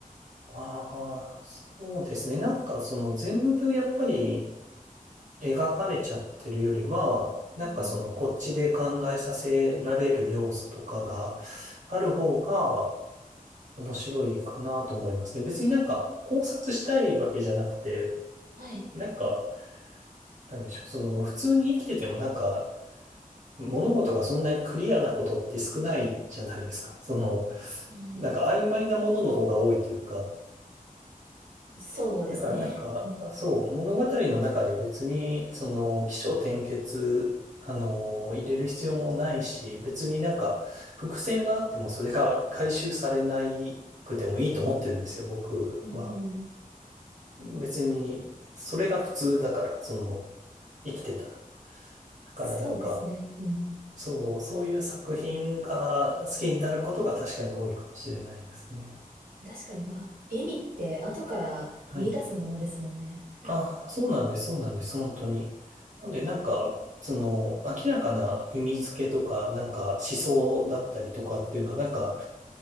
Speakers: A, on the right (about 55°); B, on the right (about 80°).
A: ああ、そうですね。なんかその全部やっぱり描かれちゃってるよりは、なんかそのこっちで考えさせられる要素とかがある方が
B: うん。
A: 面白いかなと思いますね。別になんか考察したいわけじゃなくて、
B: はい。
A: なんか、なんでしょう。その普通に生きててもなんか物事がそんなにクリアなことって少ないじゃないですか。その、
B: すうん。
A: なんか曖昧なものの方が多いというか。
B: そうですね。
A: だからなんか、
B: うん。
A: そう、物語の中で別に、その、起承転結、あの、入れる必要もないし、別になんか、伏線があってもそれが回収されなくてもいいと思ってるんですよ、僕は。
B: うんうん
A: 別に、それが普通だから、その、生きてたら。だからなんか、
B: そうですね。うん。
A: そう、そういう作品が好きになることが確かに多いかもしれないですね。
B: 確かに、まあ、意味って後から見出すものですもんね。
A: はい。あ、そうなんです、そうなんです、本当に。なんで、なんか、その、明らかな意味付けとか、なんか思想だったりとかっていうのは、なんか、